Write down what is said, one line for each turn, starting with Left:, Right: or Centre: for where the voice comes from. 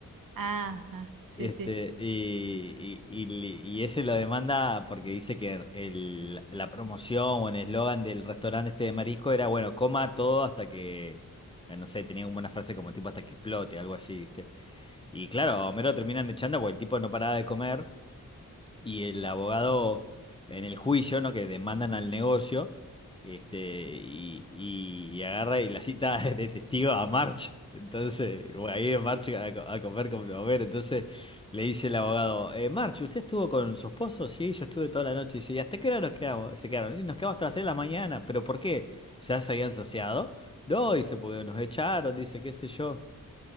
Right: ajá, sí,
Left: Este,
Right: sí.
Left: y, y, y li- y ese lo demanda porque dice que el- la promoción o el eslogan del restaurante este de marisco era, bueno, coma todo hasta que, eh, no sé, tenía como una frase como tipo hasta que explote, algo así, ¿viste? Y claro, a Homero lo terminan echando porque el tipo no paraba de comer. Y el abogado en el juicio, ¿no? Que demandan al negocio, este, y, y agarra y la cita <laughs> de testigo a March. Entonces, bueno, ahí es March a, co- a comer con Blover. Entonces le dice el abogado, eh, March, ¿usted estuvo con su esposo? Sí, yo estuve toda la noche. Y dice, ¿y hasta qué hora nos quedamos? Se quedaron. "Y nos quedamos hasta las 3 de la mañana. ¿Pero por qué? ¿Ya se habían saciado? No, dice, porque nos echaron, dice, qué sé yo.